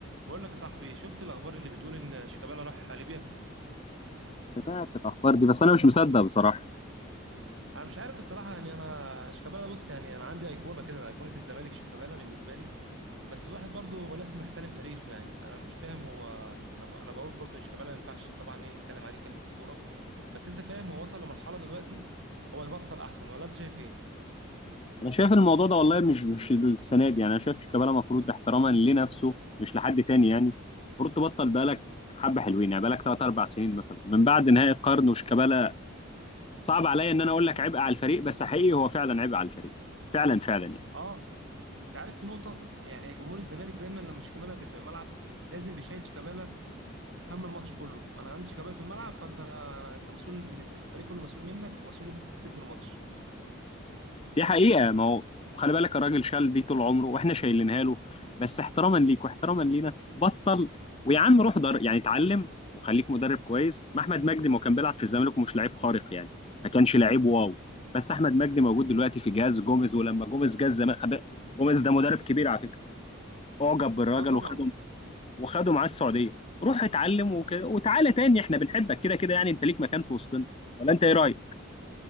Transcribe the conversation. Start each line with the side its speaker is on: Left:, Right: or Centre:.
Right: بقول لك يا صاحبي شفت الاخبار اللي بتقول ان شيكابالا راح ليبيا
Left: سمعت الاخبار دي بس انا مش مصدق بصراحه
Right: انا مش عارف الصراحه يعني انا شيكابالا بص يعني انا عندي ايقونه كده ايقونه الزمالك شيكابالا بالنسبه لي بس الواحد برضه ولازم يحترم تاريخه يعني انا مش فاهم هو يعني انا ب- انا بقول برضه ان شيكابالا ما ينفعش طبعا ايه نتكلم عليه كلمه في الكوره بس انت فاهم هو وصل لمرحله دلوقتي هو يبطل احسن ولا انت شايف ايه؟
Left: انا شايف الموضوع ده والله مش مش السنه دي يعني انا شايف شيكابالا المفروض احتراما لنفسه مش لحد تاني يعني المفروض تبطل بقالك حبه حلوين يعني بقالك 3 4 سنين مثلا من بعد نهائي القرن وشيكابالا صعب عليا ان انا اقول لك عبء على الفريق بس حقيقي هو فعلا عبء على الفريق فعلا فعلا يعني
Right: اه انت عارف في نقطه يعني جمهور الزمالك دايما لما شيكابالا بيبقى في الملعب لازم بيشيل شيكابالا هم الماتش كله وانا عندي شيكابالا في الملعب فانت انت مسؤول من الفريق كله مسؤول منك ومسؤول انت تكسبني الماتش
Left: دي حقيقة ما هو خلي بالك الراجل شال دي طول عمره واحنا شايلينها له بس احتراما ليك واحتراما لينا بطل ويا عم روح در يعني اتعلم وخليك مدرب كويس ما احمد مجدي ما هو كان بيلعب في الزمالك ومش لعيب خارق يعني ما كانش لعيب واو بس احمد مجدي موجود دلوقتي في جهاز جوميز ولما جوميز جه الزمالك خب- جوميز ده مدرب كبير على فكرة اعجب بالراجل
Right: اه طبعا
Left: وخده وخده معاه السعودية روح اتعلم وك... وتعالى تاني احنا بنحبك كده كده يعني انت ليك مكان في وسطنا ولا انت ايه رأيك؟